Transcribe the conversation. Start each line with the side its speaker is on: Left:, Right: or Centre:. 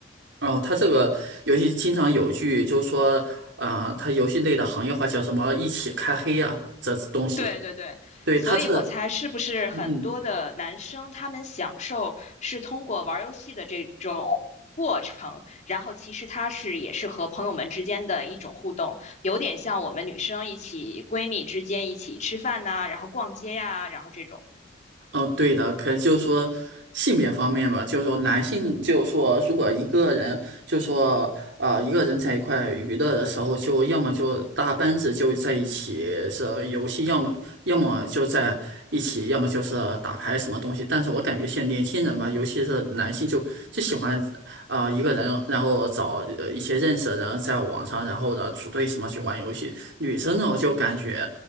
Right: 哦，它这个游戏经常有一句就是说，啊、它游戏内的行业化叫什么“一起开黑”啊，这东西。
Left: 对对对，
Right: 对，
Left: 所以我猜是不是很多的男生他们享受是通过玩儿游戏的这种过程，
Right: 它这，嗯嗯
Left: 然后其实他是也是和朋友们之间的一种互动，有点像我们女生一起闺蜜之间一起吃饭呐、然后逛街呀、然后这种。
Right: 哦，呃对的，可能就是说性别方面嘛，就是说男性，就是说如果一个人，就是说呃一个人在一块娱乐的时候，就要么就大班子就在一起是游戏，要么要么就在一起，要么就是打牌什么东西。但是我感觉现在年轻人吧，尤其是男性就，就喜欢啊、呃一个人，然后找呃一些认识的人在网上，然后呢组队什么去玩游戏。女生呢，我就感觉。